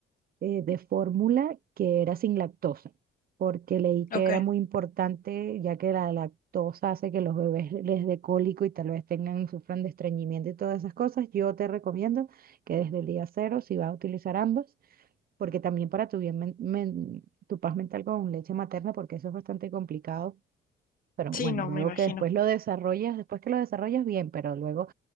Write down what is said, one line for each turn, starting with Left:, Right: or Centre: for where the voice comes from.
Right: eh, de fórmula que era sin lactosa, porque leí que
Left: ok.
Right: era muy importante, ya que la lactosa hace que los bebés les dé cólico y tal vez tengan, sufran de estreñimiento y todas esas cosas. Yo te recomiendo que desde el día cero, si vas a utilizar ambas, porque también para tu bien, men- men- tu paz mental con leche materna, porque eso es bastante complicado. Pero
Left: Sí,
Right: bueno,
Left: no,
Right: luego
Left: me imagino.
Right: que después lo desarrollas, después que lo desarrollas bien, pero luego